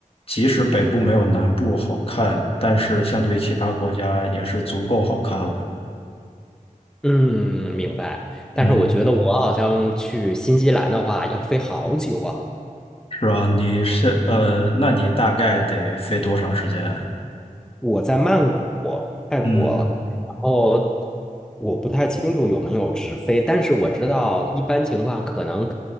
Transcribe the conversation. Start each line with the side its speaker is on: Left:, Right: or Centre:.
Left: 即使北部没有南部好看，但是相对于其他国家也是足够好看了。
Centre: 嗯，明白。但是我觉得我好像去新西兰的话要飞好久啊。
Left: 嗯，是啊，你是呃，那你大概得飞多长时间啊
Centre: 我在曼谷、泰国，
Left: 嗯，
Centre: 然后我不太清楚有没有直飞，但是我知道一般情况可能